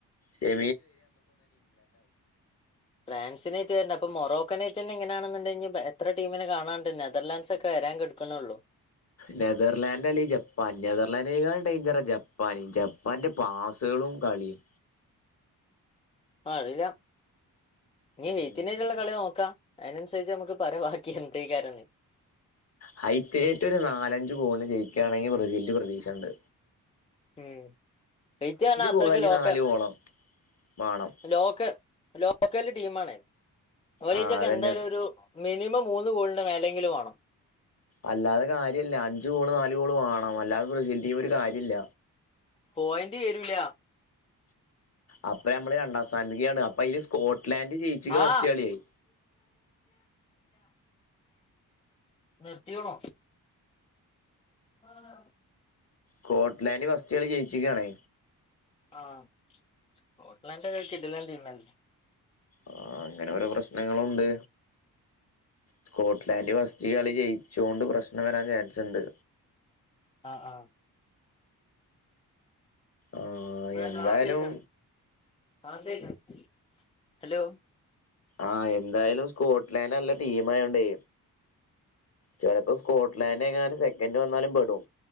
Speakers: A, on the left; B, on the left.
A: <unintelligible> എ
B: ഫ്രാൻസിനായിട്ട വര അപ്പൊ മൊറോക്കനെ പിന്നിങ്ങനാണെന്നുണ്ടേ കഴി എത്ര ടീമിനെ കാണണ്ട് നെതർലാൻറ്സ് ഒക്കെ വരാൻ കെടക്കുന്നെ ഉള്ളൂ
A: നെതർലാൻഡ് അല്ലെ ജപ്പാൻ നേതാർലാൻഡേക്കാൾ ഡേഞ്ചറാ ജപ്പാൻ ജപ്പാന്റെ പാസുകളും കളീം
B: അറില്ല നീ
A: ഉം
B: വേത്തിനേട്ടുള്ള കളി നോക്കാം അയിനൻസരിച്ച് നമക്ക് പറ ബാക്കി എന്തക്കാര
A: ഹൈത്തേറ്റൊരു നാലഞ്ചു ഗോളിന് ജയിക്കണെങ്കി ബ്രസീലില് പ്രതീക്ഷയുണ്ട്
B: ഉം <unintelligible> പറഞ്ഞാ അത്രക്ക്
A: ഗോൾ അല്ലെ
B: ലോക്
A: നാല് ഗോളോ വേണം
B: ലോക് ലോക്കല് ടീം ആണ്‌ അവലീറ്റൊക്കെ
A: ആ അതന്നെ
B: എന്തായാലും ഒരു മിനിമം മൂന്ന് ഗോളിന്റെ മേലെങ്കിലും വേണം
A: അല്ലാതെ കാര്യല്ല അഞ്ചു ഗോള് നാലു ഗോള് വേണം അല്ലാതെ ബ്രെ ഇവര് കാര്യല്ല
B: പോയിന്റ് ചെരൂല
A: അപ്പൊ നമ്മള് രണ്ടാം സ്ഥാനത്ക്കാണ് അപ്പൊ അയിൽ സ് സ്കോട്ട്ലാൻഡ് ജയിച്ചക്ണ്
B: ആ
A: ഫസ്റ്റ് കളിയയി
B: എത്തികുണു ആഹ്
A: കോ ലാന്റ്ഫസ്റ്റ് കളി ജയിച്ചിക്കാണേ
B: ആഹ് സ്കോട്ട്ലാൻഡ് കിടിലൻ ടീം അല്ലെ
A: ആ അങ്ങനെ ഓരോ പ്രശ്നങ്ങളുണ്ട് സ്കോട്ട്ലാൻഡ് ഫസ്റ്റ് കളി ജയിച്ചൊണ്ട് പ്രശ്നം വരാൻ ചാൻസുണ്ട്
B: ആഹ് ആഹ്
A: ആഹ് എന്തായാലും
B: ക്ലാസ് കേൾക്കാണ് ക്ലാസ് കേൾക്കാണ് ഹലോ
A: ആഹ് എന്തായാലും സ്കോട്ട്ലാൻഡ് നല്ല ടീം ആയൊണ്ടേ ചിലപ്പോ സ്കോട് ലാൻഡേക്കാരം സെക്കൻഡ് വന്നാലും പെടും